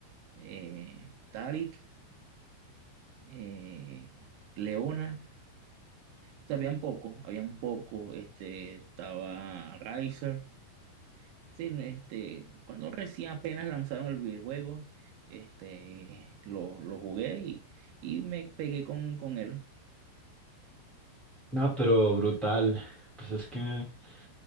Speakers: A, on the right (about 75°); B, in the centre.
A: Eh, Tarik, eh, Leona. O sea, habían poco, habían poco. Este, estaba Riser. Sí, no, este, cuando recién apenas lanzaron el videojuego, este, lo, lo jugué y, y me pegué con, con él.
B: No, pero brutal. Pues es que el